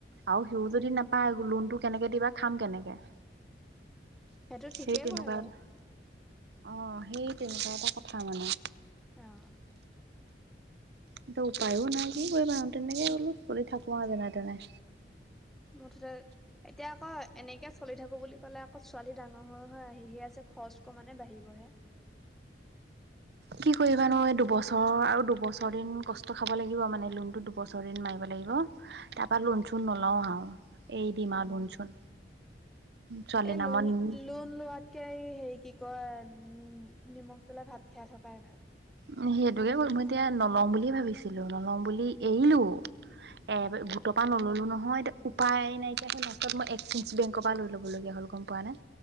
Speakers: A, on the right; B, in the centre.
A: আৰু সিওঁ যদি
B: উম
A: নাপায় লোনতটো কেনেকে দিবা খাম কেনেকে?
B: সেইটো ঠিকেই
A: সেই তেনেকুৱাই।
B: কৰে বাৰু
A: অঁ সেই তেনেকুৱা এটা কথা মানে।
B: অঁ।
A: এইটো উপায়ো নাই কি কৰিবা আৰু তেনেকে বোলো চলি থাকোঁ তেনে তেনে।
B: মুঠতে এতিয়া আকৌ এনেকে চলি থাকোঁ বুলি ক'লে আকৌ ছোৱালী ডাঙৰ হৈ, হৈ আহিহি আছে খৰচ ক মানে বাঢ়িবহে।
A: কি কৰিবা নো এই দুবছৰ আৰু দুবছৰ দিন কষ্ট খাব লাগিব মানে লোনটো দুবছৰ দিন মাৰিব লাগিব। তাৰ পৰা লোন
B: অ'
A: চোন নলওঁ আও। এৰি দিম
B: অ'
A: আৰু লোন চোন ছোৱালী
B: এই
A: নামত
B: লোন লোন লোৱা হেৰি কি কয় উ নিমখ তেলে ভাত খাই থকাই ভাল।
A: উম সেইটোকে কৰিম মই এতিয়া নলম বুলিয়ে ভাবিছিলোঁ নলম বুলি এৰিলোঁ।
B: উম,
A: এ গোটৰ পৰা নললোঁ নহয়। উপায় নাইকিয় হয় লাষ্টড মই এক্সি বেংকৰ পৰা লৈ ল'ব লগগীয়া হ'ল গম পোৱা নে।